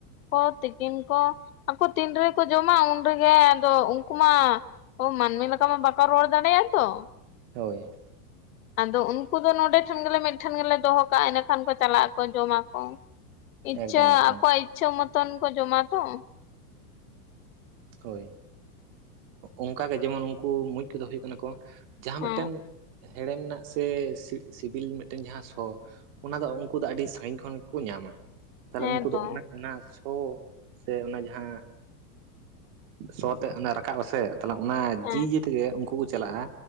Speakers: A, on the left; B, on the right.
A: ᱠᱚ ᱛᱤᱠᱤᱱ ᱠᱚ ᱟᱠᱚ ᱛᱤᱱ ᱨᱮᱜᱮ ᱠᱚ ᱡᱚᱢᱟ ᱩᱱ ᱨᱮᱜᱮ ᱟᱫᱚ ᱩᱱᱠᱩ ᱢᱟ ᱚ ᱢᱟᱹᱱᱢᱤ ᱞᱮᱠᱟ ᱢᱟ ᱵᱟᱠᱚ ᱨᱚᱲ ᱫᱟᱲᱮᱭᱟᱜᱼᱟ ᱛᱚ
B: ᱦᱳᱭ
A: ᱟᱫᱚ ᱩᱱ ᱩᱱᱠᱩ ᱫᱚ ᱱᱚᱰᱮ ᱴᱷᱮᱱ ᱜᱮᱞᱮ ᱢᱤᱫᱴᱷᱮᱱ ᱜᱮᱞᱮ ᱫᱚᱦᱚ ᱠᱟᱜᱼᱟ ᱮᱰᱮ ᱠᱷᱟᱱ ᱠᱚ ᱪᱟᱞᱟᱜ ᱟᱠᱚ ᱡᱚᱢᱟ ᱠᱚ ᱤᱪᱪᱷᱟᱹ
B: ᱮᱠᱫᱚᱢ ᱮᱠᱫᱚᱢ
A: ᱟᱠᱚᱣᱟᱜ ᱤᱪᱪᱷᱟᱹ ᱢᱚᱛᱚᱱ ᱠᱚ ᱡᱚᱢᱟ ᱛᱚ
B: ᱦᱳᱭ ᱚᱱᱠᱟᱟᱜ ᱜᱮ ᱡᱮᱢᱚᱱ ᱩᱱᱠᱩ ᱢᱩᱡ ᱠᱚᱫᱚ ᱦᱩᱭᱩᱜ ᱠᱟᱱᱟ ᱠᱚ ᱡᱟᱦᱟᱸ
A: ᱦᱮᱸ
B: ᱢᱤᱫᱴᱮᱱ ᱦᱮᱲᱮᱢ ᱨᱮᱱᱟᱜ ᱥᱮ ᱥᱤᱵᱤᱞ ᱢᱤᱫᱴᱮᱱ ᱡᱟᱦᱟᱸ ᱥᱚ ᱚᱱᱟ ᱫᱚ ᱩᱱᱠᱩ ᱫᱚ ᱟᱰᱤ ᱥᱟᱺᱜᱤᱧ ᱠᱷᱚᱱ ᱜᱮᱠᱚ ᱧᱟᱢᱟ᱾ ᱛᱟᱦᱚᱞᱮ
A: ᱦᱮᱸ
B: ᱩᱱᱠᱩ
A: ᱛᱚ
B: ᱫᱚ ᱚᱱᱟ ᱚᱱᱟ ᱥᱚ ᱥᱮ ᱚᱱᱟ ᱡᱟᱦᱟᱸ ᱥᱚ ᱛᱮᱫ ᱨᱟᱠᱟᱵ ᱟᱥᱮ ᱛᱟᱦᱚᱞᱮ ᱚᱱᱟ
A: ᱦᱮᱸ
B: ᱡᱤ ᱡᱤ ᱛᱮᱜᱮ ᱩᱱᱠᱩ ᱠᱚ ᱪᱟᱞᱟᱜᱼᱟ᱾